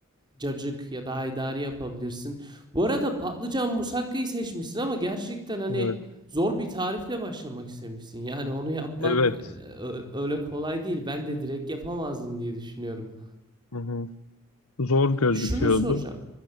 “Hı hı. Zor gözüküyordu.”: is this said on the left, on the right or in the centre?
Left